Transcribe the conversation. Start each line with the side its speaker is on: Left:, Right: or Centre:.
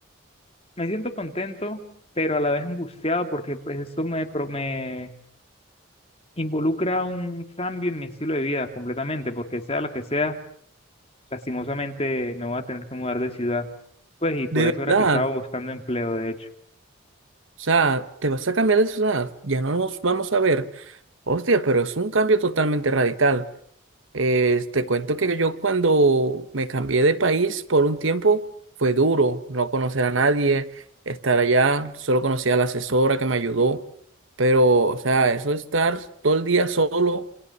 Left: me siento contento, pero a la vez angustiado porque pues esto me, pro- me involucra un cambio en mi estilo de vida completamente, porque sea lo que sea, lastimosamente me voy a tener que mudar de ciudad. Pues y por
Right: de
Left: eso
Right: verdad,
Left: era que estaba buscando
Right: o
Left: empleo, de hecho.
Right: sea, te vas a cambiar de ciudad, ya no nos vamos a ver. Hostia, pero es un cambio totalmente radical. Eh, te cuento que yo cuando me cambié de país por un tiempo fue duro, no conocer a nadie, estar allá, solo conocía a la asesora que me ayudó, pero o sea, eso de estar todo el día solo,